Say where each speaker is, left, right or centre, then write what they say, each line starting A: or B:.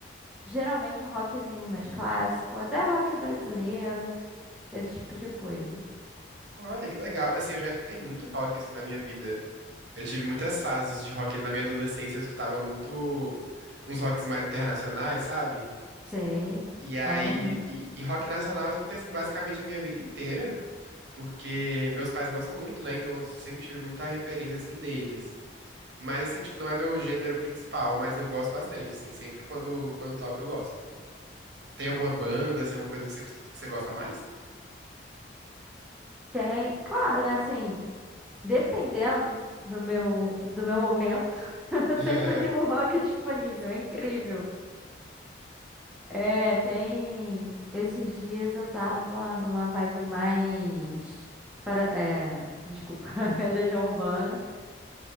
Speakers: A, in the centre; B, on the right.
A: geralmente um rockzinho mais clássico, até rock brasileiro, esse tipo de coisa.
B: Olha, que legal. Assim, eu já escutei muito rock, assim, na minha vida. Eu tive muitas fases de rock ali na minha adolescência, eu escutava muito uns rocks mais internacionais, sabe?
A: Sei,
B: E aí,
A: amo.
B: e, e rock nacional eu escutei, assim, basicamente a minha vida inteira, porque meus pais gostam muito, né? Então eu sempre tive muita referência, assim, deles. Mas, assim, tipo, não é meu gênero principal, mas eu gosto bastante, assim, sempre quando, quando toco eu gosto. Tem alguma banda, assim, alguma coisa que você, que você gosta mais?
A: Tem, claro, né? Assim, Dependendo do meu, do meu momento, <laughs>
B: <laughs>
A: sempre tem um rock disponível, é incrível. É, tem. Esses dias eu tava numa vibe mais. Para... É, desculpa, <laughs> é Legião Urbana.